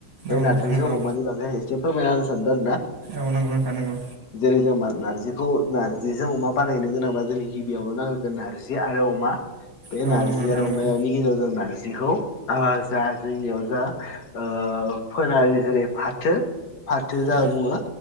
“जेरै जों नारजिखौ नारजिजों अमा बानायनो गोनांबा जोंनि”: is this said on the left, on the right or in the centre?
Left